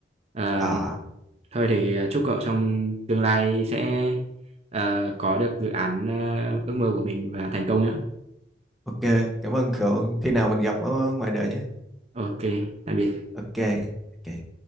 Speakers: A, on the right; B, in the centre.
A: Ờ,
B: à
A: thôi thì à, chúc cậu trong tương lai sẽ à, có được dự án à, ước mơ của mình và thành công nhé
B: ok cảm ơn cậu khi nào mình gặp ở ngoài đời nhé
A: ok tạm biệt
B: ok ok